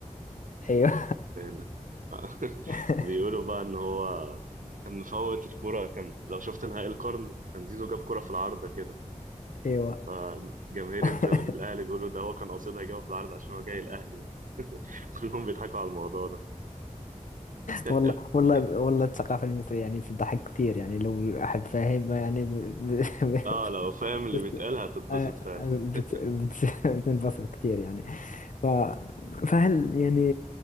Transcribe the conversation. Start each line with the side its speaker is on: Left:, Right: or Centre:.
Left: ايوه
Right: <laughs> آه،
Left: <laughs>
Right: بيقولوا بقى ان هو كان مفوت الكرة كان لو شفت نهائي القرن كان زيزو جاب كرة في العارضة كده
Left: ايوه
Right: فجماهير
Left: <laughs>
Right: الز- الأهلي بيقولوا ده هو كان قاصدها يجيبها في العارضة عشان هو جاي الأهلي <laughs> كلهم بيضحكوا على الموضوع ده <laughs>
Left: والله والله والله الثقافه المصريه يعني تضحك كثير يعني لو احد فاهم يعني ب... ب...
Right: اه لو فاهم اللي
Left: <laughs>
Right: بيتقال هتتبسط
Left: آه،
Right: فعلا
Left: بت...
Right: <laughs>
Left: بت... <laughs> بتنبسط كثير يعني ف... فهل يعني